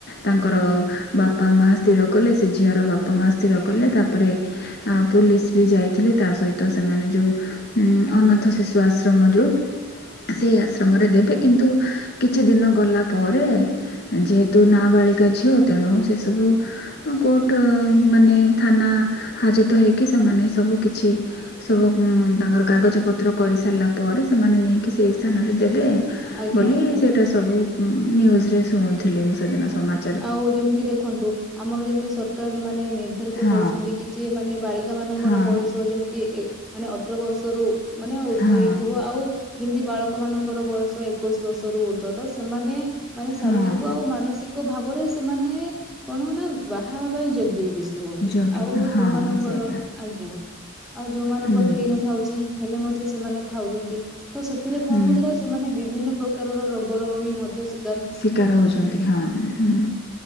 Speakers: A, on the left; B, in the centre.
A: ତାଙ୍କର ବାପା ମା ସ୍ଥିର କଲେ। ସେ ଝିଅର ବାପା ମା ସ୍ଥିର କଲେ। ତାପରେ- ଆ ପୋଲିସ ବି ଯାଇଥିଲେ ତା ସହିତ ସେମାନେ ଯୋଉ- ଉଁ
B: ଆଜ୍ଞା
A: ଅନାଥ
B: ଆଜ୍ଞା
A: ଶିଶୁ ଆଶ୍ରମ ଯୁ ସେଇ ଆଶ୍ରମରେ ଦେବେ କିନ୍ତୁ କିଛି ଦିନ ଗଲା ପରେ। ଯେହେତୁ ନାବାଳିକା ଝିଅ ତେଣୁ ସେ ସବୁ କୋର୍ଟ ମାନେ ଥାନା ହାଜତ ହେଇକି ସେମାନେ ସବୁ କିଛି ସବୁ ତାଙ୍କର କାଗଜପତ୍ର କରିସାରିଲା ପରେ, ସେମାନେ ନେଇ ସେ ସ୍ଥାନରେ ଦେବେ
B: ଆଜ୍ଞା
A: ବୋଲି
B: ଆଜ୍ଞା
A: ସେଟା ସବୁ ନ୍ୟୁଜରେ ଶୁଣୁଥିଲି ମୁଁ ସେଦିନ ସମାଜ।
B: ଆଉ ଯେମିତି ଦେଖନ୍ତୁ ଆମର ଯେମିତି ସରକାର ମାନେ ନିର୍ଦ୍ଧାରିତ
A: ହଁ
B: କରିଛନ୍ତି କି, ଯି ମାନେ ବାଳିକା ମାନଙ୍କର
A: ହଁ
B: ବୟସ ଯେମିତି ଏକ୍ ମାନେ ଅଠର ବର୍ଷରୁ ମାନେ ଉର୍ଦ୍ଧ୍ୱ
A: ହଁ
B: ହେଇଥିବ। ଆଉ ଯେମିତି ବାଳକ ମାନଙ୍କର ବୟସ ଏକୋଇଶି ବର୍ଷରୁ ଉର୍ଦ୍ଧ। ତ ସେମାନେ ମାନେ ଶାରୀରିକ
A: ହଁ
B: ଆଉ ମାନସିକ ଭାବରେ ସେମାନେ କଣ ହ ନା ବାହା ହେବା ପାଇଁ ଯୋଗ୍ୟ ବି ବିତ? ହୁହନ୍ତି
A: ଯୋଗ୍ୟତା
B: ଆଉ
A: ହଁ
B: ଯୋଉମାନଙ୍କର
A: ସେଇଆ
B: ଆଜ୍ଞା ଆଉ ଯୋଉମାନଙ୍କର
A: ହୁଁ
B: ହେଇନଥାଉଛି ହେଲେ ମଧ୍ୟ ସେମାନେ ଥାଉଛନ୍ତି। ତ ସେଥିରେ କଣ
A: ହୁଁ
B: ହଉଛି? ସେମାନେ ବିଭିନ୍ନ ପ୍ରକାରର ରୋଗ ର ବି ମଧ୍ୟ ସି-
A: ଶିକାର ହଉଛନ୍ତି ହଁଁ ହୁଁ।